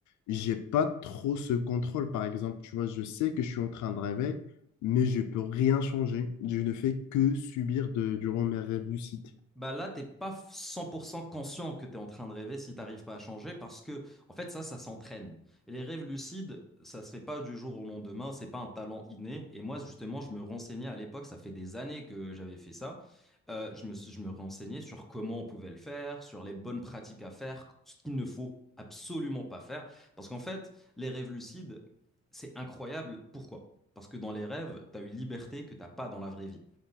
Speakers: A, on the left (about 70°); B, in the centre.
A: j'ai pas trop ce contrôle. Par exemple, tu vois, je sais que je suis en train de rêver, mais je peux rien changer. Je ne fais que subir de, durant mes rêves lucides.
B: Bah là, t'es pas 100% conscient que t'es en train de rêver si t'arrives pas à changer parce que, en fait, ça, ça s'entraîne. Et les rêves lucides, ça se fait pas du jour au lendemain, c'est pas un talent inné. Et moi, justement, je me renseignais à l'époque, ça fait des années que j'avais fait ça. Euh, je me, suis- je me renseignais sur comment on pouvait le faire, sur les bonnes pratiques à faire, ce qu'il ne faut absolument pas faire. Parce qu'en fait, les rêves lucides, c'est incroyable. Pourquoi? Parce que dans les rêves, t'as une liberté que t'as pas dans la vraie vie.